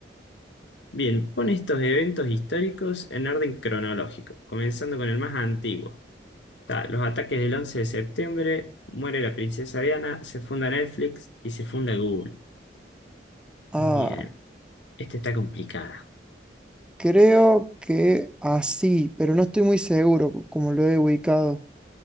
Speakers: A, on the left; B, in the centre.
A: Bien, pone estos eventos históricos en orden cronológico, comenzando con el más antiguo. Ta, Los ataques del 11 de septiembre, muere la princesa Diana, se funda Netflix y se funda Google.
B: Ah.
A: Bien, esta está complicada.
B: Creo que así, pero no estoy muy seguro co- como lo he ubicado.